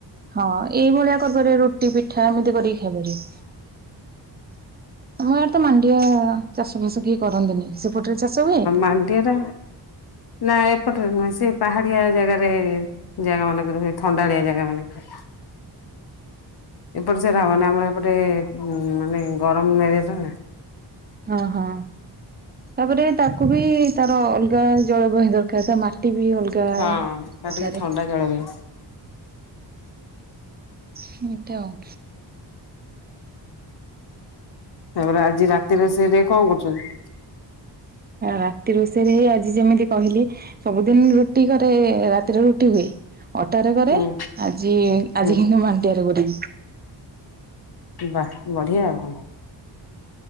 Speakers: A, on the right; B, on the left.
A: ହଁ ଏଇ ଭଳିଆ କରପାରିବେ ରୁଟି ପିଠା ଏମିତି କରିକି ଖାଇପାରିବେ। ଆମ ଏରା ତ ମାଣ୍ଡିଆ ଚାଷ ଫାସ କେହି କରନ୍ତିନି ସେପଟରେ ଚାଷ ହୁଏ।
B: ପାଣ୍ଡିଆଟା ନା ଏପଟରେ ନୁହେଁ ସେ। ପାହାଡିଆ ଜାଗାରେ ଜାଗା ମାନଙ୍କରେ ହୁଏ ଥଣ୍ଡାଳିଆ ଜାଗା ମାନଙ୍କରେ। ଏପଟେ ସେଟା ମାନ ଆମର ଏପଟେ ମାନେ ଗରମ ଏରିଆ ତ ନା।
A: ହଁ ହଁ। ତାପରେ ତାକୁ ବି ତାର ଅଲଗା ଜଳବହି ଦରକାର ତା ମାଟି ବି ଅଲଗା।
B: ହଁ
A: ଦରକାରେ
B: ତା ଟିକେ ଥଣ୍ଡା ଜଳବାୟୁ।
A: ଏମିତି ଆଉ।
B: ତାପରେ ଆଜି ରାତି ରୋଷେଇ ଟେ କଣ କରୁଛନ୍ତି?
A: ରାତି ରୋଷେଇରେ ହିଁ ଆଜି ଯେମିତି କହିଲି ସବୁ। ସବୁଦିନ ରୁଟି କରେ ରାତିରେ ରୁଟି ହୁଏ। ଅଟାରେ କରେ
B: ହୁଁ
A: ଆଜି ଆଜି
B: ହୁଁ
A: ହିଁ ମାଣ୍ଡିଆରେ କରିବି।
B: ବା ବଢିଆ କ